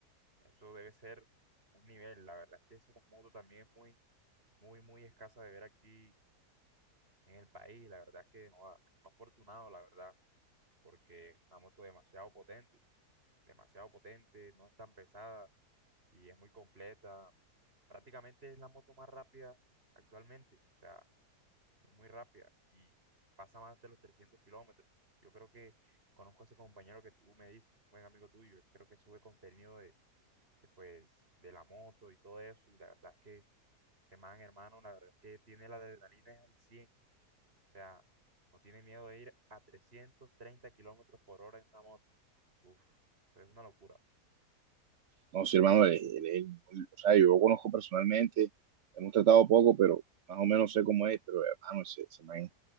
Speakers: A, on the right; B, on the right.
A: eso debe ser un nivel. La verdad es que esa moto también es muy, muy, muy escasa de ver aquí en el país. La verdad es que, joder, afortunado, la verdad, porque una moto demasiado potente, demasiado potente, no es tan pesada y es muy completa. Prácticamente es la moto más rápida actualmente. O sea, es muy rápida y pasa más de los 300 kilómetros. Yo creo que conozco a ese compañero que tú me dices, buen amigo tuyo, él creo que sube contenido de, de, pues, de la moto y todo eso, y la verdad es que ese man, hermano, la verdad es que tiene la adrenalina al cien o sea, no tiene miedo de ir a 330 kilómetros por hora en una moto. Uf, eso es una locura.
B: No, sí, hermano, él- él- él- o sea, yo lo conozco personalmente, hemos tratado poco, pero más o menos sé cómo es, pero hermano, ese, ese man es